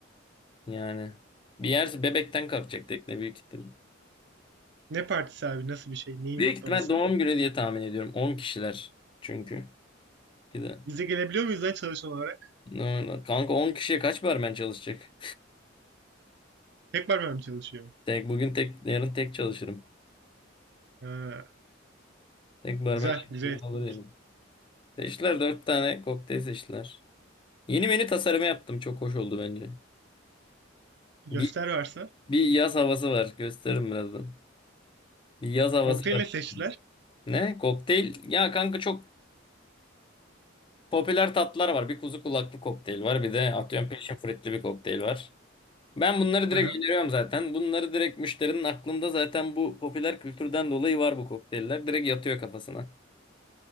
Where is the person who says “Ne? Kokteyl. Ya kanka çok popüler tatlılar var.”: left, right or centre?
Left